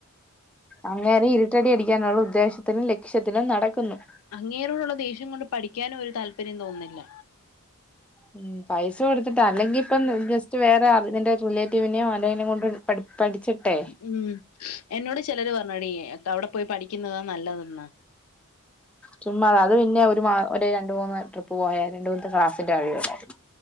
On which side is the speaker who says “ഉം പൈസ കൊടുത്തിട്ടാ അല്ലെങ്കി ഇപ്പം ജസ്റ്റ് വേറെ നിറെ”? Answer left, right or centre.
Centre